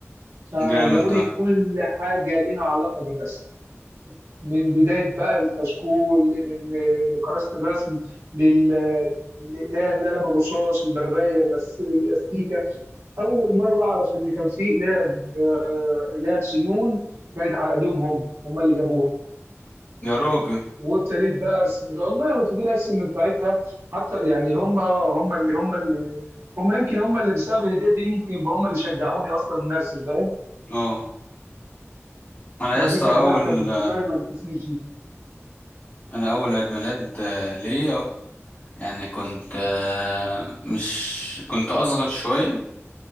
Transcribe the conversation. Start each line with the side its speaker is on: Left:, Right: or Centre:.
Right: فجابوا
Left: جامد ده
Right: لي كل حاجه ليها علاقه بالرسم من بدايه بقى الكشكول لل- لل- لكراسه الرسم لل- للاقلام القلم الرصاص البرايه المس... الاستيكه اول مره اعرف ان كان في اقلام آه، اقلام سنون كانت على ايديهم هم هم اللي جابوها
Left: يا راجل
Right: وابتديت بقى ارسم والله وابتديت ارسم من ساعتها حتى يعني هم هم اللي هم اللي هم يمكن هم اللي بسبب الهديه دي ممكن يبقى هم اللي شجعوني اصلا ان ارسم فاهم
Left: اه انا
Right: فدي
Left: يا اسطى
Right: كانت
Left: اول
Right: لا كانت بالنسبه لي ما بتنسيش دي
Left: انا اول عيد ميلاد آه، ليا يعني كنت آه، مش كنت اصغر شويه